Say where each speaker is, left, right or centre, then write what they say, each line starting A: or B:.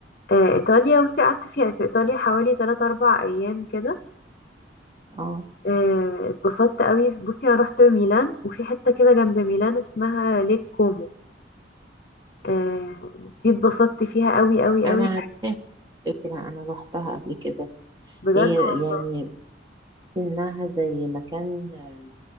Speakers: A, on the left; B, on the right.
A: آه، ايطاليا بصي قعدت فيها في ايطاليا حوالي 3 4 ايام كده
B: اه
A: آه، اتبسطت قوي بصي انا رحت ميلان وفي حتة كده جنب ميلان اسمها ليك كومو آه، دي اتبسطت فيها قوي قوي
B: انا
A: قوي
B: عارفاها كده انا روحتها قبل كده
A: بجد
B: هي
A: والله
B: يعني انها زي مكان آه،